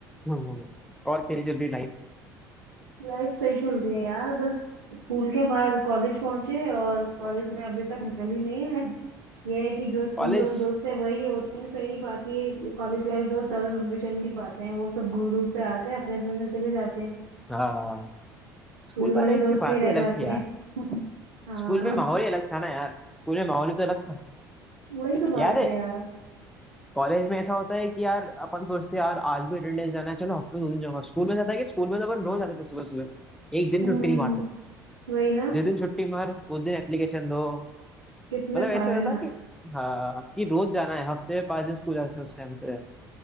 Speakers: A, in the centre; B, on the right.
A: हम्म, हम्म। और तेरी चल रही लाइफ
B: लाइफ सही चल रही है यार बस स्कूल के बाद कॉलेज पहुंचे और कॉलेज में अभी तक निकल ही नहीं है ये है कि जो स्कूल
A: कॉलेज
B: वाले दोस्त है वही होते हैं सही बाकी कॉलेज वाले दोस्त ज्यादा लंबे चल नहीं पाते हैं वो सब दूर दूर से आते हैं अपने अपने घर चले जाते हैं
A: हाँ स्कूल
B: स्कूल
A: वाले
B: वाले दोस्त
A: की बात
B: ही रह
A: ही अलग
B: जाते
A: थी यार
B: हैं <laughs> हाँ
A: स्कूल में माहौल ही अलग था ना यार स्कूल में माहौल ही तो अलग था
B: वही तो बात
A: याद है
B: है यार
A: कॉलेज में ऐसा होता है कि यार अपन सोचते हैं यार आज भी अटेंडेंस जाना है चलो हफ्ते में दो दिन जाऊंगा स्कूल में ऐसा था कि स्कूल में तो अपन रोज आते थे सुबह सुबह एक दिन
B: हम्म
A: छुट्टी नहीं मारते थे
B: वही ना
A: जिस दिन छुट्टी मार उस दिन एप्लीकेशन दो
B: कितने
A: मतलब
B: सारे
A: ऐसे रहता
B: ना
A: था कि हाँ कि रोज जाना है हफ्ते में पाँच दिन स्कूल जाते थे उस टाइम पे